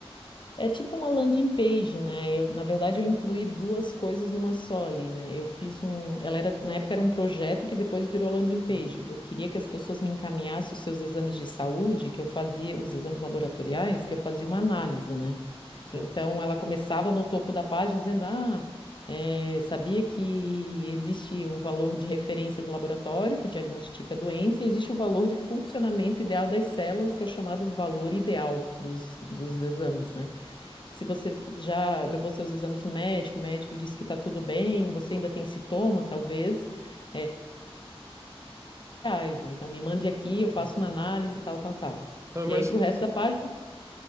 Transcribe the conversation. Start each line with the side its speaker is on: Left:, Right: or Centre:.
Left: É tipo uma landing page, né? Eu, na verdade, eu incluí duas coisas numa só ali, né? Eu fiz um, ela era, na época era um projeto que depois virou landing page.
Right: Uhum.
Left: Eu queria que as pessoas me encaminhassem os seus exames de saúde, que eu fazia os exames laboratoriais, que eu fazia uma análise, né?
Right: Sim.
Left: Então ela começava no topo da página dizendo: "Ah, eh, sabia que existe o valor de referência de laboratório que diagnostica a doença, e existe o valor de funcionamento ideal das células, que é o chamado valor ideal dos,
Right: Uhum.
Left: dos exames, né? Se você já levou seus exames no médico, o médico disse que está tudo bem, você ainda tem sintoma, talvez, é, reais, né? Então me mande aqui, eu faço
Right: Uhum.
Left: uma análise, tal, tal, tal.
Right: Então é
Left: E
Right: mais,
Left: aí, para o resto da página,